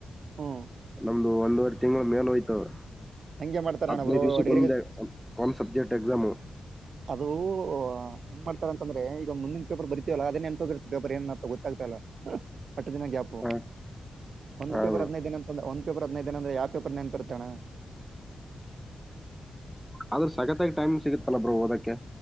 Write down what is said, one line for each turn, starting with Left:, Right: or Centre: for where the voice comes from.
Right: ಹ್ಮ್
Centre: ಒಂದು ಒಂದವರೆ ತಿಂಗಳ ಮೇಲೆ ಹೋಯ್ತವ್ರ
Right: ಹಂಗೆ ಮಾಡ್ತಾರೆ
Centre: ಹಾದಿನಾದು
Right: ಅಣ್ಣ ಬ್ರೋ
Centre: ದಿವಸಕ್ಕೆ
Right: ಡಿಗ್ರಿ
Centre: ಕೊ ಒಂದ ಸಬ್ಜೆಕ್ಟ್ ಎಕ್ಸಾಮ್
Right: ಅದು ಹೆಏನ್ ಮಾಡ್ತಾರಂತಂದ್ರೆ ಈಗ ಮುಂದಿನ ಪೇಪರ್ ಬರ್ತೀವಲ್ಲ ಅದನ್ನ ನೆನ್ಪೋಗಿರುತ್ತೆ ಪೇಪರ್ ಏನ್ತ ಗೊತ್ತಾಗ್ತಲ್ಲ ಹತ್ತು ದಿನ ಗ್ಯಾಪು
Centre: ಹ
Right: ಒಂದು
Centre: ಹಾ
Right: ಪೇಪರ್
Centre: ಬ್ರೋ
Right: ಹದಿನೈದು ದಿನ ಒಂದ್ ಪೇಪರ್ ಹೈದಿನೈದದಿನಅಂದ್ರೆ ಯಾವ ಪೇಪರ್ ನೆನ್ಪಿರ್ತಣ
Centre: ಆದ್ರ ಸಗತ್ತಾಗಿ ಟೈಮ್ ಸಿಗುತ್ತೆ ಲ ಬ್ರೋ ಓದಕ್ಕೆ